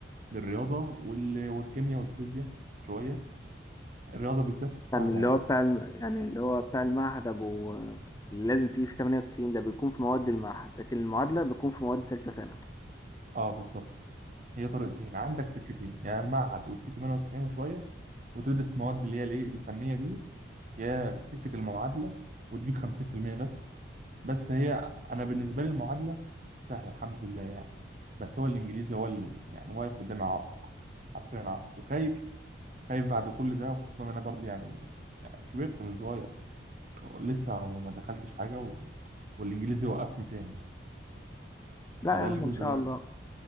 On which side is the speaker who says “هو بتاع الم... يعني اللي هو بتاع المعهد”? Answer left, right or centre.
Left